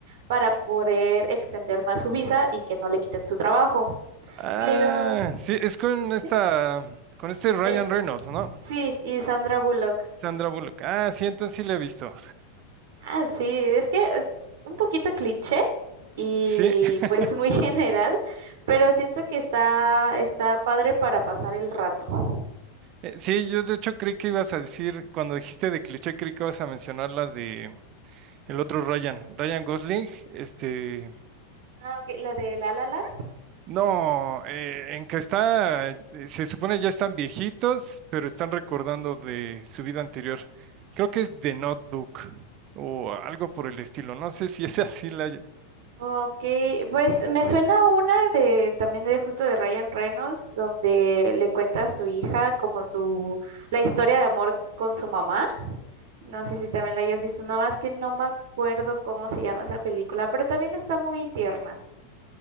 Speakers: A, on the right; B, on the right.
A: para poder extender más su visa y que no le quiten su trabajo.
B: Ah,
A: Pero
B: sí, es con esta,
A: sí,
B: con este Ryan
A: es
B: Reynolds, ¿no?
A: sí, y Sandra Bullock.
B: Sandra Bullock. Ah, sí, entonces sí la he visto.
A: Ah, sí, es que es un poquito cliché y
B: Sí, <laughs>
A: pues muy <laughs> general, pero siento que está está padre para pasar el rato.
B: eh, sí, yo de hecho creí que ibas a decir, cuando dijiste de cliché, creí que ibas a mencionar la de el otro Ryan, Ryan Gosling, este,
A: Ah, ok, la de La La Land.
B: No, eh, en que está, eh, se supone ya están viejitos, pero están recordando de su vida anterior. Creo que es The Notebook o algo por el estilo. No sé si es <laughs> así la...
A: Ok, pues me suena una de también de justo de Ryan Reynolds, donde le cuenta a su hija como su la historia de amor con su mamá. No sé si también la hayas visto, nada más que no me acuerdo cómo se llama esa película, pero también está muy tierna,